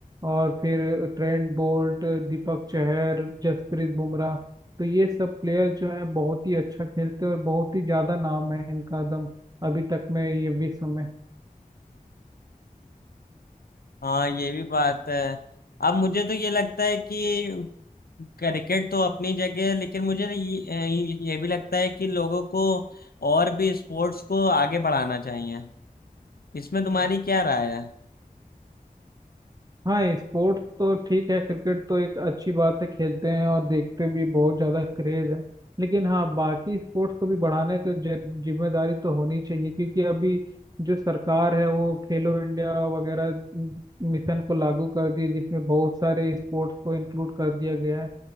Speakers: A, on the right; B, on the left.
A: और फिर ट्रेंट बोल्ट दीपक चहर जसप्रीत बुमराह तो ये सब प्लेयर जो है बहुत ही अच्छा खेलते हैं और बहुत ही ज्यादा नाम है इनका दम अभी तक में ये विश्व में
B: हाँ ये भी बात है अब मुझे तो ये लगता है कि क्रिकेट तो अपनी जगह है लेकिन मुझे ये, ये भी लगता है कि लोगों को और भी स्पोर्ट्स को आगे बढ़ाना चाहिए इसमें तुम्हारी क्या राय है
A: हाँ स्पोर्ट्स तो ठीक है क्रिकेट तो एक अच्छी बात है खेलते हैं और देखते भी बहुत ज़्यादा क्रेज है लेकिन हाँ बाकी स्पोर्ट्स को भी बढ़ाने की जि- जिम्मेदारी तो होनी चाहिए क्योंकि अभी जो सरकार है वो खेलो इंडिया वगैरह मिशन को लागू कर दिए जिसमें बहुत सारे स्पोर्ट्स को इंक्लूड कर दिया गया है